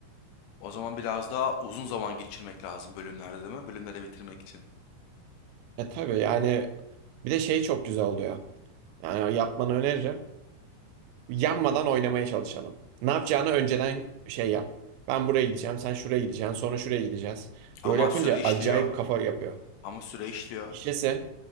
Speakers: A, on the left; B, on the right.
A: O zaman biraz daha uzun zaman geçirmek lazım bölümlerde değil mi? Bölümleri bitirmek için.
B: E tabii yani bir de şey çok güzel oluyor. Yani yapmanı öneririm. Yanmadan oynamaya çalışalım. Ne yapacağını önceden şey yap. Ben buraya gideceğim, sen şuraya gideceksin, sonra şuraya gideceğiz.
A: Ama
B: Böyle yapınca
A: süre işliyor.
B: acayip kafa yapıyor.
A: Ama süre işliyor.
B: İşlese